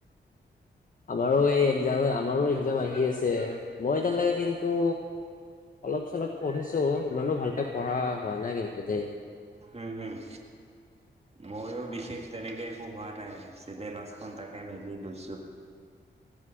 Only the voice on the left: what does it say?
আমাৰো সেই এক্জাম, আমাৰো এক্জাম আহি আছে। মই এতিয়া লেকে কিন্তু অলপ চলপ পঢ়িছো, ইমানো ভালকে পঢ়া হোৱা নাই কিন্তু দেই।